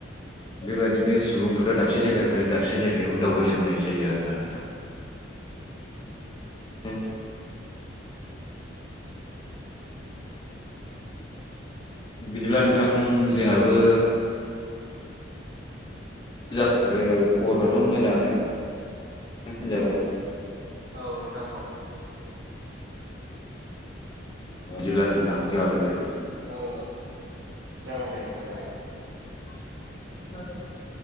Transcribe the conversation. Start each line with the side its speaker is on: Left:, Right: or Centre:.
Left: बेबायादिनो सुबुंफोरा दाबसे जायगानिफ्राय दाबसे जायगायाव दावबायसननाय जायो आरोना नोंथां। <unintelligible> बिदिब्ला नोंथां जोंहाबो मोजां आरो खबरफ्राथ' मोजाङानो होनजाबाय
Right: औ नोंथां औ
Left: बिदिब्ला नोंथां जोंहा दोनलायथ'
Right: औ जागोन दे नोंथां जागोन।
Left: <unintelligible>